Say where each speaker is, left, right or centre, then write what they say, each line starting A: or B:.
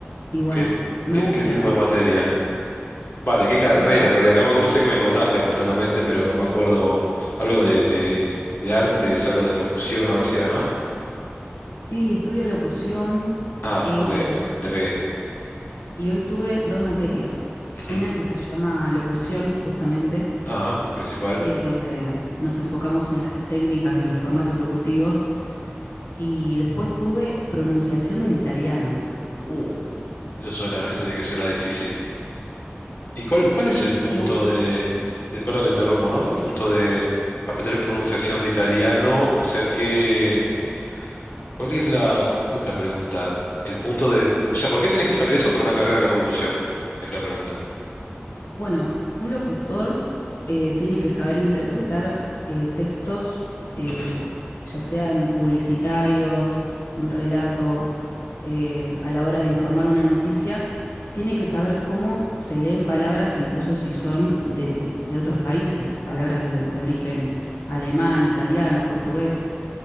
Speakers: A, on the left; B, on the left.
A: y bueno,
B: ¿Qué,
A: me
B: qué,
A: gusta
B: qué tipo
A: igual.
B: de materia? Va, ¿de qué carrera
A: Mira,
B: en realidad? Que no me acuerdo, sé que me contaste oportunamente, pero no me acuerdo algo de, de, de artes, algo de locución, algo así era, ¿no?
A: sí, estudio locución
B: Ah,
A: eh,
B: ok, me- le pegué.
A: y hoy tuve dos materias.
B: Ujú.
A: Una que se llama locución, justamente,
B: Ah, principal.
A: eh, donde nos enfocamos en las técnicas de los formatos locutivos y después tuve pronunciación del italiano.
B: Uh, eso suena, eso sí que suena difícil. ¿Y cuál, cuál es el punto
A: Me gu-
B: de, de- perdón que interrumpo, ¿no? El punto de aprender pronunciación de italiano, o sea que. ¿Cuál es la, cómo es la pregunta? El punto de, o sea, ¿por qué tenés que saber eso para una carrera como locución? Es la pregunta.
A: Bueno, un locutor eh, tiene que saber interpretar eh, textos, eh,
B: Ujú.
A: ya sean publicitarios, un relato, eh, a la hora de informar una noticia, tiene que saber cómo se leen palabras, incluso si son de, de otros países, palabras de, de origen alemán, italiano, portugués.